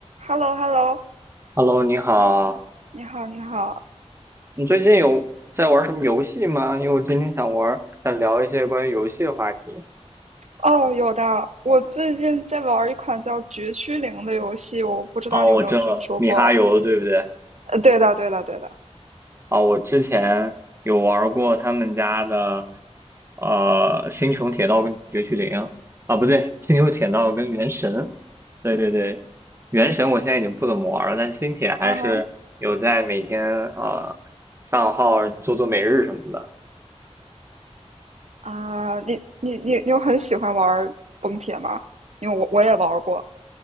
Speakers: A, on the right; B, on the right.
A: h e l l o h e l l o
B: Hello，你好，
A: 你好，你好。
B: 你最近有在玩什么游戏吗？因为我今天想玩，想聊一些关于游戏的话题。
A: 哦，有的，我最近在玩一款叫《绝区零》的游戏，我不知道你有没有听说过？
B: 哦，我知道了米哈游对不对？
A: 呃，对的，对的，对的。
B: 啊、我之前有玩过他们家的，呃，《星穹铁道》跟《绝区零》啊，不对，《星穹铁道》跟《原神》。对对对，《原神》我现在已经不怎么玩了，但《星铁》还是有在每天呃上号做做每日什么的。
A: 啊啊，你你你你有很喜欢玩崩铁吗？因为我我也玩过。